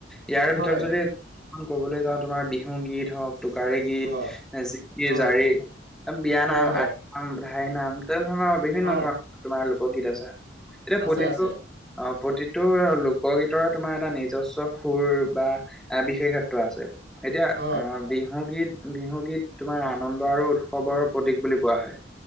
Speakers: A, in the centre; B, on the right.
A: ইয়াৰে
B: হয়
A: ভিতৰত যদি খন কবলৈ যাওঁ তোমাৰ বিহু গীত হওঁক, - টোকাৰী গীত,
B: অ
A: জ-জাৰি,
B: অ
A: বিয়া
B: হয়
A: নাম,
B: হয়
A: - আইনাম, দিহানাম তেনেধৰণৰ বিভিন্ন
B: অ
A: ধৰণৰ তোমাৰ লোকগীত আছে। এতিয়া
B: আছে
A: প্ৰতিটো-
B: আছে
A: অঁ' প্ৰতিটোৰ লোকগীতৰে তোমাৰ এটা নিজস্ব সুৰ বা- এ' বিশেষত্ব আছে। এতিয়া
B: অ
A: আঁহ' বিহুগীত-বিহুগীত তোমাৰ আনন্দ আৰু উৎসৱৰ প্ৰতীক বুলি- কোৱা হয়।